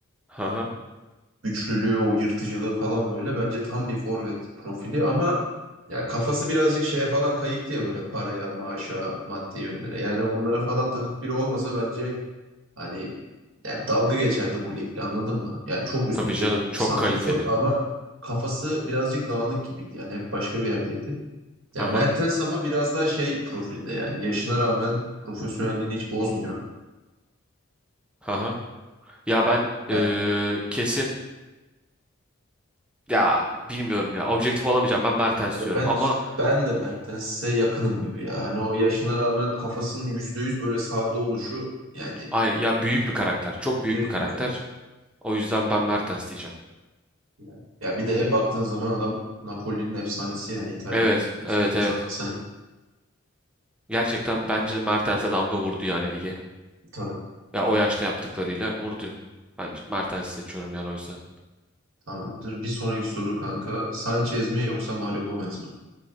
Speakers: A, in the centre; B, on the right (about 75°).
A: Haha.
B: Güçlülüğü, o yırtıcılığı falan böyle bence tam bir forvet profili ama ya kafası birazcık şeye falan kayıktı ya böyle paraya, maaşa, maddi yönlere. Yani onlara falan takık biri olmasa bence hani ya dalga geçerdi bu ligle anladın mı? Yani çok üst
A: Tabii
B: düzey
A: canım
B: bence
A: çok
B: bir santrofor
A: kaliteli.
B: ama kafası birazcık dağınık gibiydi. Yani hep başka bir yerdeydi. Ya
A: Haha.
B: Mertens ama biraz daha şey profilde yani yaşına rağmen profesyonelliğini hiç bozmuyor.
A: Haha. Ya ben
B: Yani
A: eee, kesin ya bilmiyorum ya objektif olamayacağım. Ben Mertens
B: hani
A: diyorum
B: ben
A: ama
B: ben de Mertens'e yakınım gibi ya. Hani o yaşına rağmen kafasının yüzde yüz böyle sahada oluşu yani
A: aynı ya büyük bir karakter. Çok büyük
B: büyük
A: bir karakter.
B: bir karakter
A: O yüzden ben Mertens diyeceğim.
B: yani. Ya bir de baktığın zaman adam Napoli'nin efsanesi yani İtalya'nın
A: Evet, evet,
B: şey efsanesi
A: evet.
B: hani
A: Gerçekten bence Mertens'e damga vurdu yani lige.
B: tabii.
A: Ya
B: Evet,
A: o yaşta yaptıklarıyla vurdu. Bence Mertens'i seçiyorum yani o yüzden.
B: tamamdır. Bir sonraki soru kanka. Sanchez mi yoksa Mario Gomez mi?